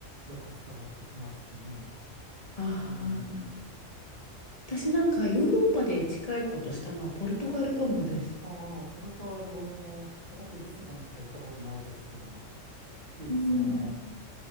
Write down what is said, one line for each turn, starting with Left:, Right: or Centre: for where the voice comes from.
Right: よく伝わってきますしね。
Left: ああ、
Right: うん。
Left: 私なんかヨーロッパで近いことしたのはポルトガルかもです。
Right: ああ、ポルトガル語も、私、リスボンしか行ったことないですけど、いいですよね。
Left: うん。